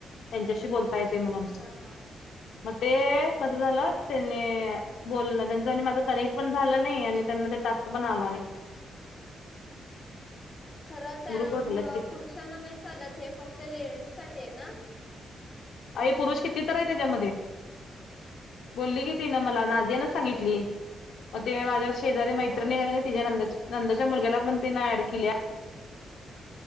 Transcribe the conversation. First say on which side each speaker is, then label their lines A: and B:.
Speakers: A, on the left (about 70°); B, on the left (about 25°).
A: त्यांच्याशी
B: हा
A: बोलता येते म्हणून
B: हा हा.
A: मग ते कसं
B: हम्म
A: झालं.
B: हम्म
A: त्यांनी बोलण त्यांच आणि माझ कनेक्ट पण झालं नाही आणि त्यांमध्ये टास्क पण आला नाही.
B: खरं त्या
A: ग्रुपवर
B: म
A: ठेवलेत की
B: पुरुषांना नाही चालत हे फक्त लेडीज साठी आहे ना.
A: अ पुरुष किती तर आहे हेच्यामध्ये. बोलली की ती ना मला नादियानच सांगितली मग ते माझ्या. शेजारी मैत्रिणी
B: होय
A: एकहाय तिच्या नंदाच्या नंदाच्या मुलग्याला पण तिना ऍड केल्या.